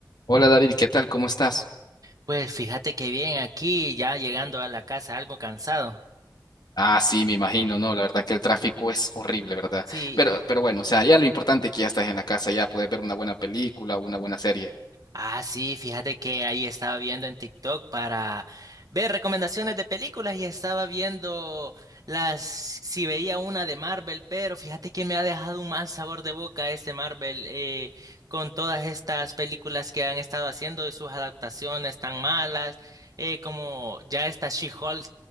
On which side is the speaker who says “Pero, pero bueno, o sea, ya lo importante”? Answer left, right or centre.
Left